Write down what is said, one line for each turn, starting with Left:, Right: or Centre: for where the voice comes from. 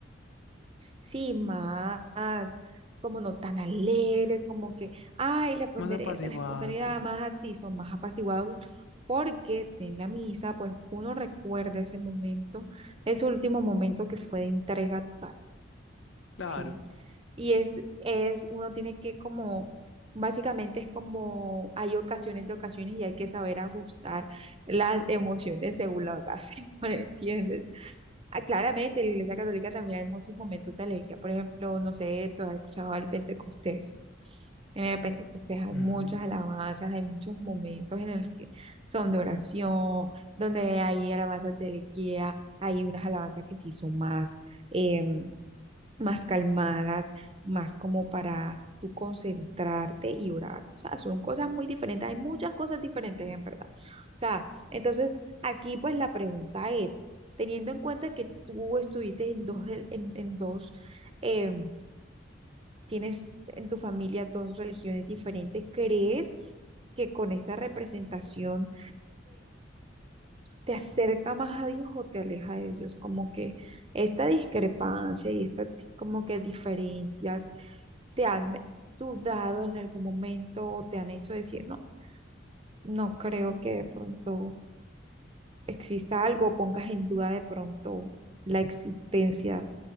Right: Sí, más, como no tan alegres, como que, ay, la pondereta,
Left: Más apaciguada,
Right: la espontaneidad,
Left: sí.
Right: más así, son más apaciguados, porque en la misa, pues uno recuerda ese momento, ese último momento que fue de entrega total,
Left: Claro.
Right: ¿sí? Y es, es, uno tiene que como, básicamente es como, hay ocasiones de ocasiones y hay que saber ajustar las emociones según la ocasión, <laughs> ¿me ¿entiendes? Ah, claramente, en la Iglesia Católica también hay muchos momentos de alegría. Por ejemplo, no sé, tú has escuchado el Pentecostés. En el Pentecostés hay
Left: Ujú.
Right: muchas alabanzas, hay muchos momentos en el que son de oración, donde hay alabanzas de alegría, hay unas alabanzas que sí son más. em, más calmadas, más como para tú concentrarte y orar. O sea, son cosas muy diferentes. Hay muchas cosas diferentes, en verdad. O sea, entonces aquí pues la pregunta es, teniendo en cuenta que tú estuviste en dos, re- en, en dos, eh, tienes en tu familia dos religiones diferentes, ¿crees que con esta representación te acerca más a Dios o te aleja de Dios, como que esta discrepancia y esta como que diferencias te han dudado en algún momento o te han hecho decir, no, no creo que de pronto exista algo, o pongas en duda de pronto la existencia